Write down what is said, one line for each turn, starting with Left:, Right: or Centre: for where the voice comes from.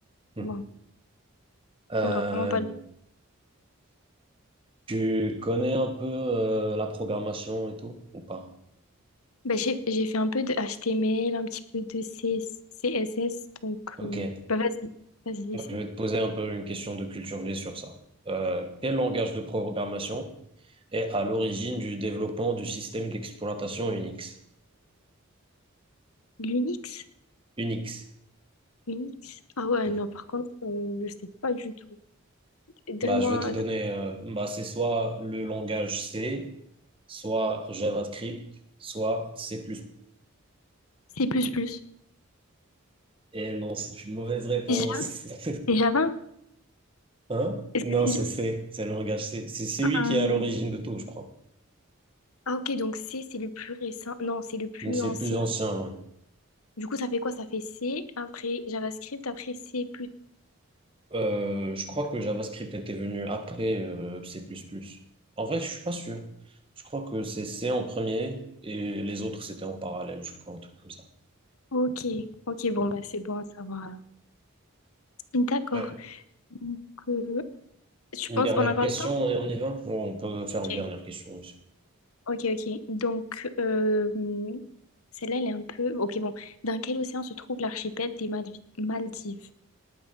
Right: Hmm.
Left: bon.
Right: Euh,
Left: Faut vraiment pas. le-
Right: tu connais un peu euh, la programmation et tout, ou pas?
Left: Bah, j'ai j'ai fait un peu de HTML, un petit peu de C- CSS, donc.
Right: Ok.
Left: euh, Bah, vas-y, vas-y,
Right: Donc,
Left: essaye.
Right: je vais te poser un peu une question de culture G sur ça. Euh, quel langage de programmation est à l'origine du développement du système d'exploitation Unix?
Left: L'Unix?
Right: Unix.
Left: Unix? Ah ouais,
Right: Ouais.
Left: non, par contre, euh, je sais pas du tout. Donne-moi.
Right: Bah, je vais te donner, euh, bah, c'est soit le langage C, soit JavaScript, soit C++.
Left: C'est plus plus.
Right: Et non, c'est une mauvaise réponse.
Left: C'est Java?
Right: <laughs>
Left: C'est Java?
Right: Hein?
Left: Est-ce
Right: Non,
Left: que c'est
Right: c'est fait, c'est le langage. C'est c'est- c'est
Left: Java?
Right: lui qui est à l'origine de tout, je crois.
Left: Ah ok, donc C, c'est le plus récent. Non, c'est le plus
Right: Donc c'est
Left: ancien.
Right: le plus ancien, ouais.
Left: Du coup, ça fait quoi? Ça fait C, après JavaScript, après C++.
Right: Euh, je crois que le JavaScript était venu après euh, C++. En vrai, je suis pas sûr. Je crois que c'est C en premier et les autres, c'était en parallèle, je crois, un truc comme ça.
Left: Ok, ok, bon,
Right: Mm.
Left: bah c'est bon à savoir alors. D'accord.
Right: Ouais.
Left: Donc, euh, je pense,
Right: Une dernière
Left: on a encore
Right: question
Left: le temps?
Right: et on y va? Ou on peut faire
Left: Ok,
Right: une dernière question aussi.
Left: ok, ok. Donc, euh, celle-là, elle est un peu... Ok, bon. Dans quel océan se trouve l'archipel des Malvi- Maldives?